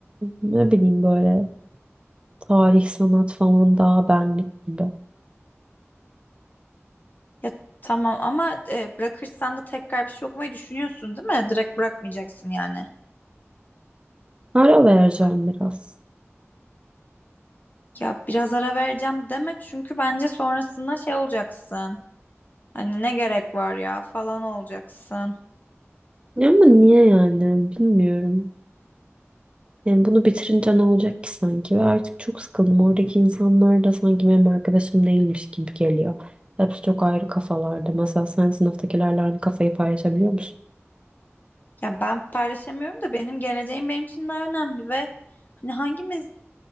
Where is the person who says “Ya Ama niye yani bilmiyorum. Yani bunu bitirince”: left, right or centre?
Right